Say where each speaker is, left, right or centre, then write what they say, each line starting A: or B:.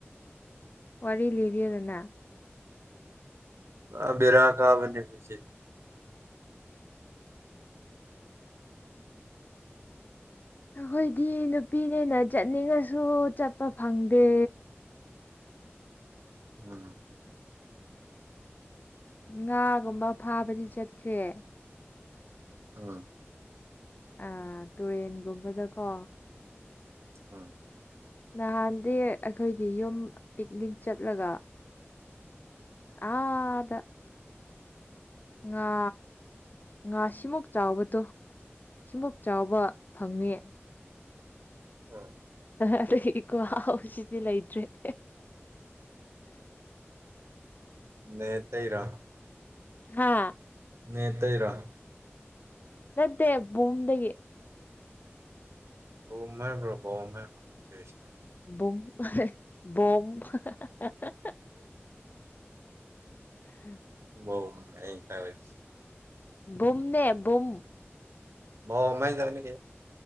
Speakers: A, on the left; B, on the right.
A: ꯋꯥꯔꯤ ꯂꯤꯕꯤꯌꯨꯗꯅ
B: ꯑꯥ ꯕꯦꯔꯥ ꯀꯥꯕꯅꯤ ꯑꯩꯈꯣꯏꯁꯦ
A: ꯑꯩꯈꯣꯏꯗꯤ ꯅꯨꯄꯤꯅꯦꯅ ꯆꯠꯅꯤꯡꯉꯁꯨ ꯆꯠꯄ ꯐꯪꯗꯦ
B: ꯎꯝ
A: ꯉꯥꯒꯨꯝꯕ ꯐꯥꯕꯗꯤ ꯆꯠꯈ꯭ꯔꯦ
B: ꯑꯥ
A: ꯑꯥ ꯇꯨꯔꯦꯟꯒꯨꯝꯕꯗꯀꯣ
B: ꯑꯥ
A: ꯅꯍꯥꯟꯗꯤ ꯑꯩꯈꯣꯏꯒꯤ ꯌꯨꯝ ꯄꯤꯛꯅꯤꯛ ꯆꯠꯂꯒ ꯑꯥꯗꯥ ꯉꯥ ꯉꯥ ꯁꯤꯃꯨꯛ ꯆꯥꯎꯕꯗꯣ ꯁꯤꯃꯨꯛ ꯆꯥꯎꯕ ꯐꯪꯉꯦ
B: ꯑꯥ
A: ꯑꯗꯨꯒꯤ ꯈꯨꯍꯥꯎ ꯁꯤꯗꯤ ꯂꯩꯇ꯭ꯔꯦ <inaudible>
B: <unintelligible> ꯇꯩꯔꯣ
A: ꯍꯥꯥ
B: ꯅꯦꯠ ꯇꯩꯔꯣ
A: ꯅꯠꯇꯦ ꯕꯨꯝꯗꯒꯤ
B: ꯕꯨꯝ ꯍꯥꯏꯕ꯭ꯔꯣ ꯕꯣꯝ ꯍꯥꯏꯕ꯭ꯔꯣ ꯀꯩꯅꯣ ꯇꯧꯏꯁꯤ
A: ꯕꯨꯝ ꯕꯣꯝ <unintelligible> <unintelligible>
B: ꯧ ꯑ ꯊꯔ
A: ꯨꯝꯅꯦ ꯨꯝ
B: ꯕ ꯑꯃꯃꯥꯏꯖ ꯅ ꯀ